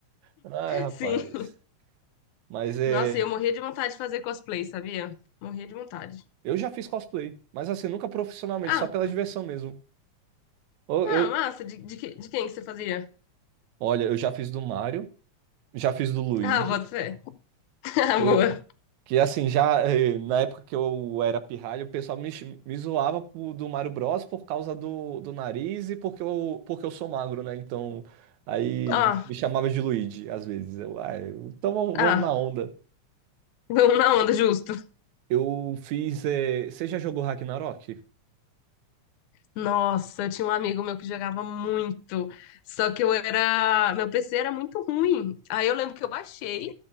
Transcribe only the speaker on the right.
Ai, rapaz.
Mas é,
eu já fiz cosplay, mas assim, nunca profissionalmente,
só pela diversão mesmo. Eu,
eu-
olha, eu já fiz do Mario. Já fiz do Luigi.
Eu,
que assim, já eh, na época que eu era pirralho, o pessoal me, chi- me zoava pro- do Mario Bros por causa do, do nariz e porque eu, porque eu sou magro, né? Então, aí
me chamava de Luigi às vezes. Eu, ah, eu- então vamos, vamos
na onda.
Eu fiz. eh, você já jogou Ragnarok?